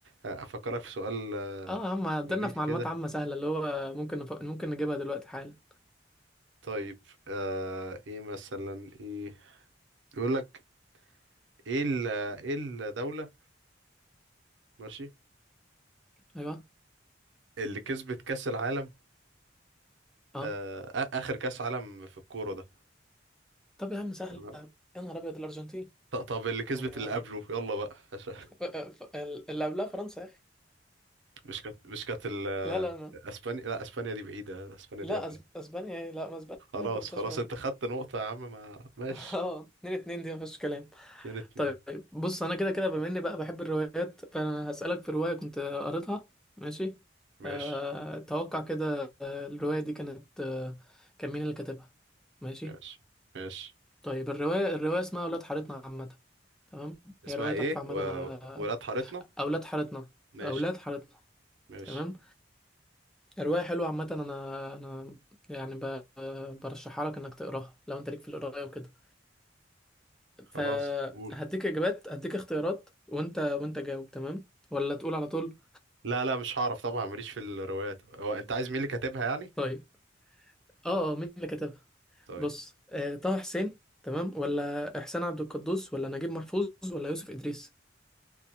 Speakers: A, on the right; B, in the centre.
A: افكرك في سؤال آه،
B: اه يا عم عدلنا
A: جميل
B: في
A: كده
B: معلومات عامة سهلة اللي هو ممكن نف... ممكن نجيبها دلوقتي حالا
A: طيب آه ايه مثلا ايه يقول لك ايه ال... ايه الدولة ماشي
B: ايوه
A: اللي كسبت كأس العالم
B: اه
A: آه آ- اخر كأس عالم في الكورة ده
B: طب يا عم سهلة
A: تمام
B: يا نهار ابيض الارجنتين
A: ط- طب اللي كسبت
B: يعني
A: اللي
B: آه،
A: قبله يلا بقى عشان
B: آه، ف- ال- اللي قبلها فرنسا يا اخي
A: مش كانت مش كانت ال-
B: لا لا ما.
A: اسبانيا لا اسبانيا دي بعيدة اسبانيا
B: لا
A: دي قبلها
B: أسب... اسبانيا ايه لا ما اسبانيا
A: خلاص
B: ما خدتهاش
A: خلاص
B: قريب
A: انت خدت نقطة يا عم ما
B: <laughs>
A: ماشي
B: اه اتنين اتنين دي ما فيهاش كلام
A: اتنين اتنين
B: طيب بص انا كده كده بما اني بقى بحب الروايات فانا هسألك في رواية كنت قريتها ماشي
A: ماشي
B: أه... توقع كده الرواية دي كانت آه، كان مين اللي كاتبها ماشي
A: ماشي ماشي
B: طيب الرواية الرواية اسمها أولاد حارتنا عامة تمام هي
A: اسمها
B: رواية
A: ايه
B: تحفة عامة
A: و...
B: أنا
A: ولاد حارتنا
B: أولاد حارتنا
A: ماشي
B: أولاد حارتنا
A: ماشي
B: تمام رواية حلوة عامة أنا أنا يعني ب... برشحها لك إنك تقراها لو أنت ليك في القراية وكده
A: خلاص
B: فهديك
A: قول
B: إجابات هديك اختيارات وأنت وأنت جاوب تمام ولا تقول على طول
A: لا لا مش هعرف طبعا ماليش في الروايات هو انت عايز مين اللي كاتبها يعني
B: طيب آه آه، مين اللي كتبها
A: طيب
B: بص آه، طه حسين تمام ولا إحسان عبد القدوس ولا نجيب محفوظ ولا يوسف إدريس